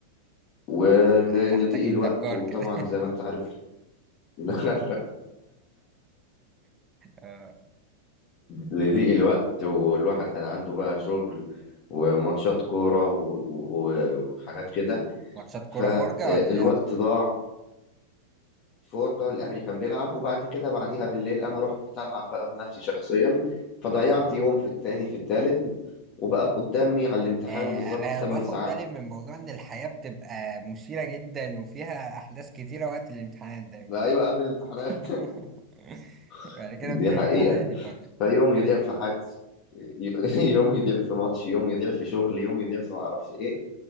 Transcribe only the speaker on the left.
ولضيق
الوقت
وطبعا
زي ما انت عارف <laughs>
لضيق الوقت والواحد كان عنده بقى شغل وماتشات كورة و- و- وحاجات كده
فالوقت
ضاع الفرجة الأهلي كان بيلعب وبعد كده بعديها بالليل أنا رحت ألعب بقى بنفسي شخصيا فضيعت
يوم في التاني في التالت وبقى قدامي على الامتحان
بالظبط
8
ساعات
لا أيوة قبل الامتحانات
<laughs>
دي
حقيقة
فيوم يضيع في حجز ي- <laughs> يوم يضيع في ماتش يوم يضيع في شغل يوم يضيع في معرفش إيه